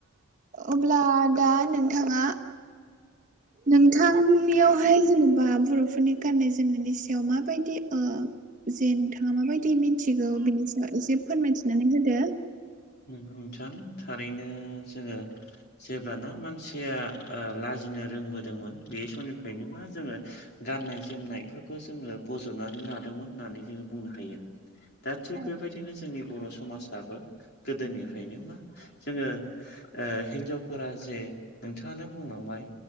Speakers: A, on the right; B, on the left.
A: अब्ला दा नोंथाङा नोंथांनियावहाय जेनेबा बर'फोरनि गाननाय जोमनायनि सायाव माबायदि जे नोंथाङा माबायदि मिथिगौ बेनि सायावसे फोरमायथिनानै होदो
B: गौ नोंथां थारैनो जोङो जेब्लाना मानसि खुया लाजिनो रोंबोदोंमोन बे समनिफ्रायनो मा जोङो गाननाय जोमनायफोरखौ जोङो बजबनानै लादोंमोन होननानै जोङो बुंनो हायो दा थिग
A: औ
B: बेबायदिनो जोंनि बर' समाजाबो गोदोनिफ्रायनो मा जोङो हिन्जावफोरा जे नोंथाङानो बुंलांबाय